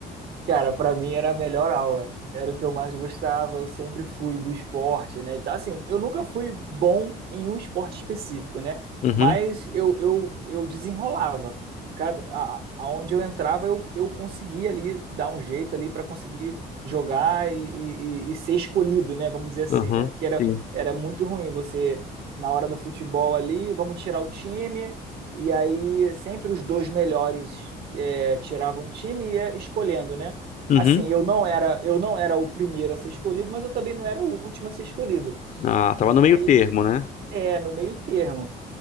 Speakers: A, on the right; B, on the left.
A: Cara, pra mim era a melhor aula. Era o que eu mais gostava. Eu sempre fui do esporte, né? E tá assim, eu nunca fui bom em um esporte específico, né?
B: Uhum,
A: Mas eu, eu, eu desenrolava. Cada, a, aonde eu entrava, eu, eu conseguia ali dar um jeito ali para conseguir jogar e, e, e e ser escolhido, né? Vamos dizer assim,
B: uhum,
A: né? Porque era,
B: sim.
A: era muito ruim você, na hora do futebol ali, vamos tirar o time. E aí sempre os dois melhores eh, tiravam o time e ia escolhendo, né?
B: Uhum.
A: Assim, eu não era, eu não era o primeiro a ser escolhido, mas eu também não era o último a ser escolhido.
B: Ah, tava
A: E
B: no meio
A: aí,
B: termo, né?
A: é, no meio termo.